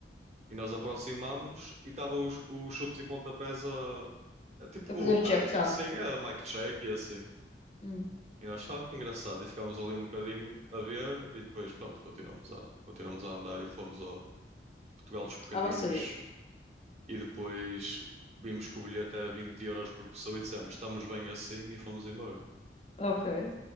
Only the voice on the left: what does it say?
devo fazer o check
sound.
Mm,
abbasso
Ok.